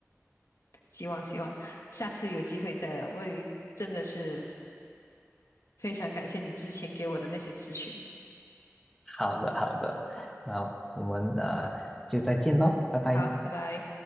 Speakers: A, on the left (about 75°); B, in the centre.
A: 希望希望下次有机会再聊，我也真的是。非常感谢你之前给我的那些咨询。
B: 好的，好的，
A: 好，
B: 那我们呃就再见喽，拜拜。
A: 好，拜拜。